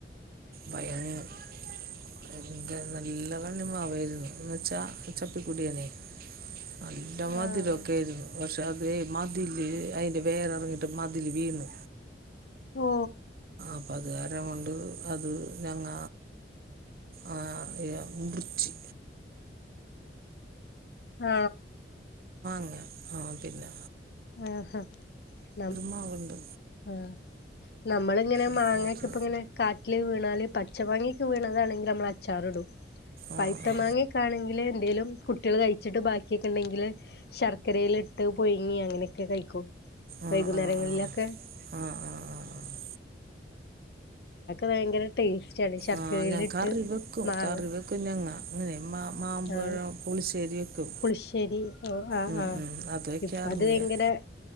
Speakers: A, on the right (about 55°); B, on the left (about 60°).
A: ണ്ടായി <unintelligible> <unintelligible> ല്ല കണ്ണി മാവാരുന്നു എന്നെച്ചാ ചപ്പി കൂടിയേനെ നല്ല മതിരോക്കെ
B: ആഹ്
A: ആരുന്നു പക്ഷെ അതെ മതില് അയിന്റെ വേരെറങ്ങീട്ട് മതില് വീണ്
B: ഓ
A: അപ്പ അതുകാരം കൊണ്ട് അത് ഞങ്ങ ആ മുറിച്ച്
B: അ
A: ങ്ങ ആ പിന്ന
B: ആ ഹാ ആ നമ്മള്
A: മാവുണ്ട്
B: ആഹ് നമ്മളിങ്ങനെ
A: അപ്പം
B: മാങ്ങേക്ക
A: അത്
B: ഇപ്പ ഇങ്ങനെ കാറ്റിൽ വീ ന്നാല് പച്ച മങ്ങേക്ക വീണതാണെങ്കി അമ്മള് അച്ചാറ് ഇടും
A: ആ
B: പഴ്ത്ത
A: ആ
B: മങ്ങേക്ക ആണെങ്കില് എന്തേലും കുട്ടികള് കഴിച്ചിട്ട് ബാക്കി ഒക്കെ ഇണ്ടെങ്കില് ശർക്കരേൽ ഇട്ട് പുഴുങ്ങി അങ്ങനെ ക്കെ കഴിക്കൂ
A: ആ
B: വൈകുന്നേരങ്ങളിലൊക്കെ
A: ആ ആ ആ ആ ആ ആ
B: ഭയങ്കര ടേസ്റ്റ് ആണ് ശർക്കരേൽ
A: ആഹ് ഞാൻ
B: ഇട്ട്
A: കറി വെക്കും
B: മാങ്ങ
A: കറി വെക്കും ഞങ്ങ മാ മാമ്പഴം
B: ആഹ
A: പുളിശ്ശേരി വെക്കും
B: പുളിശ്ശേരി ഓ ആ
A: ഉം
B: ആ
A: ഉം അത് വെക്കാറുണ്ട്
B: ഇപ്പ അത് യങ്കര
A: ഞാൻ